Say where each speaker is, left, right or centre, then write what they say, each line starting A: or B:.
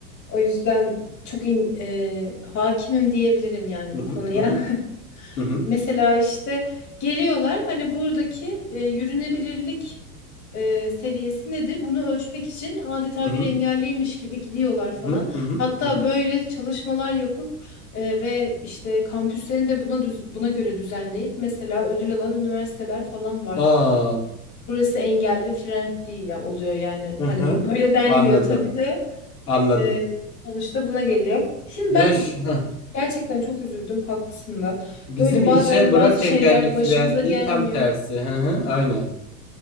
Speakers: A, on the left; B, on the left.
A: O yüzden çok in- e, hakimim diyebilirim yani
B: hı hı
A: bu konuya.
B: hı
A: <laughs>
B: hı hı
A: Mesela işte geliyorlar hani buradaki e, yürünebilirlik e, seviyesi nedir? Bunu ölçmek için adeta
B: hı
A: bir engelliymiş gibi gidiyorlar falan.
B: hı
A: Hatta
B: hı hı
A: böyle çalışmalar yapıp e, ve işte kampüslerini de buna düz- buna göre düzenleyip mesela ödül alan üniversiteler falan var.
B: Aa,
A: Burası engelli friendly ya oluyor yani.
B: hı
A: Hani
B: hı.
A: bu böyle denmiyor
B: Anladım.
A: tabii de
B: Anladım.
A: e, sonuçta buna geliyor. Şimdi
B: Yaş
A: ben
B: hı.
A: Gerçekten çok üzüldüm, haklısın da.
B: Bizim
A: Böyle
B: ilçeye
A: bazen
B: bırak
A: bazı şeyler
B: engelli friendly
A: başımıza gelmiyor
B: tam tersi. Hı hı. Aynen.